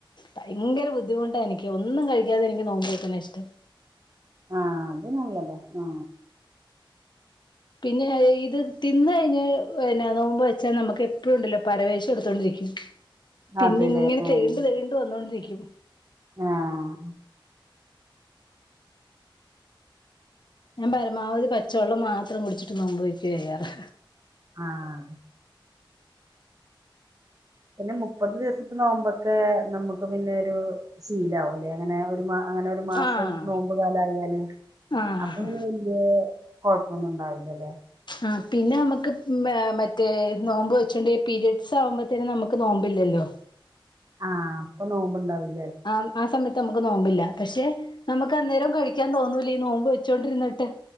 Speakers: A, on the left; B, on the right.
A: ഭയങ്കര ബുദ്ധിമുട്ടാ എനിക്ക് ഒന്നും കഴിക്കാതെ എനിക്ക് നോമ്പ് എടുക്കുന്നതാ ഇഷ്ടം
B: ആഹ് അത് നല്ലതാ ആ
A: പിന്നെ ഇത് തിന്ന് കഴിഞ്ഞ നോമ്പ് വെച്ചാ നമുക്ക് എപ്പഴും ഉണ്ടല്ലോ പരവേശം എടുത്തൊണ്ടിരിക്കും പിന്നെ
B: അതെല്ലേ
A: ഇങ്ങനെ
B: ആഹ്
A: തേണ്ട് തേണ്ടു വന്നോണ്ടിരിക്കും
B: ആഹ്
A: ഞാൻ പരമാവധി പച്ചവെള്ളം മാത്രം കുടിച്ചിട്ട് നോമ്പ് വെക്കാ ചെയ്യാറ്
B: ആഹ് പിന്നെ മുപ്പത് ദിവസത്തെ നോമ്പക്കെ നമ്മുക്ക് പിന്നെ ഒരു ശീലവും അല്ലെ അങ്ങനെ ഒരു മാസ അങ്ങനെ ഒരു മാസം
A: ആഹ്
B: നോമ്പ് കാല ആയാല്
A: ആഹ്
B: അപ്പൊ പിന്നെ വല്യ കുഴപ്പൊന്നും ഉണ്ടാവില്ലല്ലേ
A: ആ പിന്നെ നമുക്ക് മറ്റേ നോമ്പ് വെച്ചുണ്ടെങ്കിൽ പീരയഡ്സ് ആകുമ്പോത്തനെ നമുക്ക് നോമ്പില്ലല്ലോ
B: ആഹ് അപ്പൊ നോമ്പ് ഉണ്ടാവില്ല
A: ആ ആ സമയത്ത് നമുക്ക് നോമ്പില്ല പക്ഷെ നമുക്ക് അന്നേരം കഴിക്കാൻ തോന്നൂല്ല നോമ്പ് വെച്ചോണ്ടിരുന്നിട്ട്